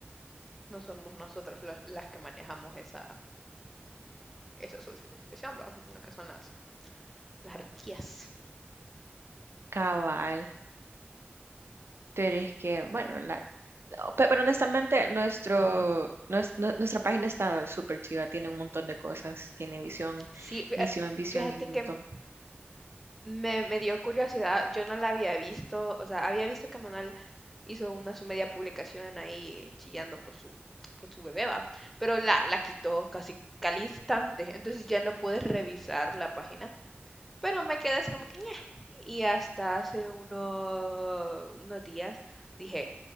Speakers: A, in the centre; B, on the right.
A: No somos nosotras las las que manejamos esa, esa asociación, ¿va? No, que son las, las arpías.
B: cabal. Pero es que, bueno, la, no, pe- Pero honestamente, nuestro, nues- nue- nuestra página está súper chida, tiene un montón de cosas, tiene visión,
A: Sí,
B: misión, visión
A: fíjate
B: y un
A: que
B: montón.
A: Me, me dio curiosidad, yo no la había visto, o sea, había visto que Manuel hizo una su media publicación ahí chillando por su, por su bebé, va, pero la, la quitó casi al instante, entonces ya no puedes revisar la página, pero me quedé así como que ñe. Y hasta hace unos, unos días dije,